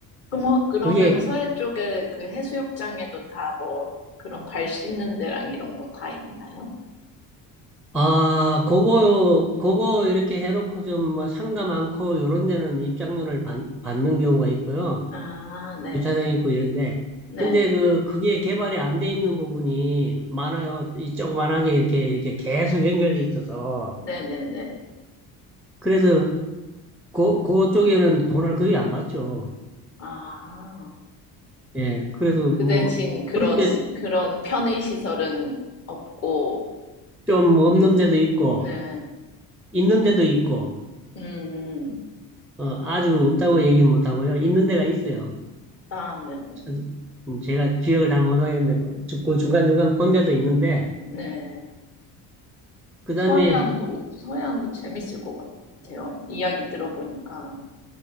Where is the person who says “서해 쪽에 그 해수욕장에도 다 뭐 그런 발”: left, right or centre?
Left